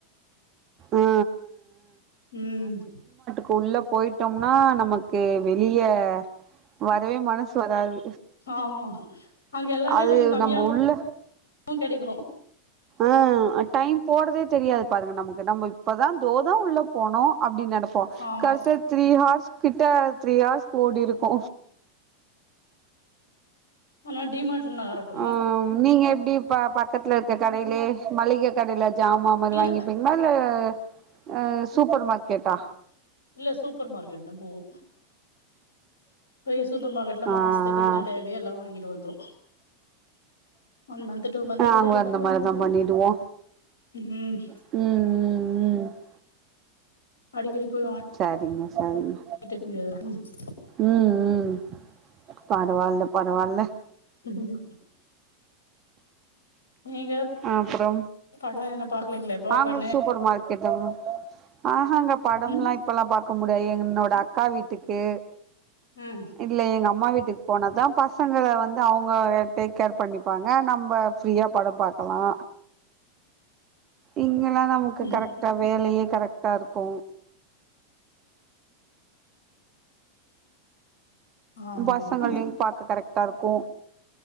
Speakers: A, on the right; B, on the left.
A: ஆ
B: ம்
A: குள்ள போயிட்டோம்னா நமக்கு வெளிய வரவே மனசு வராது
B: ஆமா அங்கே எல்லாமே
A: அது
B: கொஞ்சொ கம்மியா
A: நம்ம உள்ள
B: வு கெடைக்கு
A: ஆ டைம் போறதே தெரியாது பாருங்க நமக்கு நம்ம இப்பதா தோதா உள்ள போனோ அப்டின்னு நெனப் போ
B: ஆமா
A: கடசில த்ரீ ஹார்ஸ் கிட்ட த்ரீ ஹார்ஸ் ஒடிருக்கு
B: ஆனா டிமார்ட்ல நல்லாருக்கு
A: ஆ நீங்க எப்டி ப பக்கத்துல இருக்குற கடைலே மளிக கடைல ஜாமா மாரி
B: இல்ல
A: வாங்கிப்பீங்கலா இல்ல அ சூப்பர் மார்க்கெட்டா
B: இல்ல சூப்பர் மார்க்கெட்தா போவோ போய் சூப்பர் மார்க்கெட்ல
A: ஆ
B: மாசத்துக்கு
A: ஆ
B: என்ன தேவையே எல்லா வாங்கிட்டு வந்துருவோ ஒன் மந்து டூ மந்துக்கு
A: நாங்களு
B: சேருற
A: அந்த
B: மாரி வாங்கிட்டு
A: மாரிதா
B: வந்துருவோ
A: பண்ணிடுவோ
B: ம்
A: ம் ம் ம்
B: அடிக்கடி போய் வாங்கி
A: சரிங்க சரிங்க
B: விட்டுல வைக்க முடியாதுடா
A: ம் ம் பரவால்ல பரவால்ல
B: ம் நீங்க
A: அப்றோ
B: படோ எதுனா பாக்கலீங்களா இப்போ
A: நாங்களு
B: உக்கான்னு
A: சூப்பர் மார் கெட் போனோ ஆஹா அங்க படமெல்லா
B: ம்
A: இப்பல்லா பாக்க முடியாது என்னோட அக்கா வீட்டுக்கு
B: ம்
A: இல்ல எங்க அம்மா வீட்டுக்கு போனதா பசங்கல வந்து அவங்க டேக் கேர் பண்ணிப்பாங்க நம்ப ஃப்ரீயா படம் பாக்கலா இங்கெல்லா நமக்கு
B: ம்
A: கரெக்டா வேலையே கரெக்டா இருக்கு
B: ஆமா
A: பசங்களாயு
B: ஆமா
A: பாக்க கரெக்டா இருக்கு